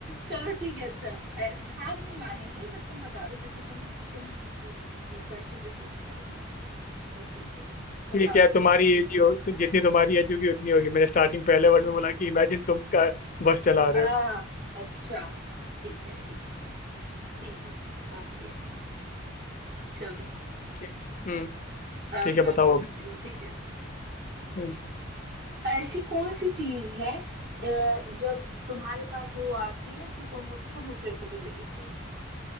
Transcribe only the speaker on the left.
ठीक है
तुम्हारी एज ही हो तो जितनी तुम्हारी एज होगी उतनी होगी मैंने स्टार्टिंग पहले वर्ड में बोला कि इमेजिन तुम का बस चला रहे
हो
ठीक हम्म
ठीक है
बताओ
अब
हम्म,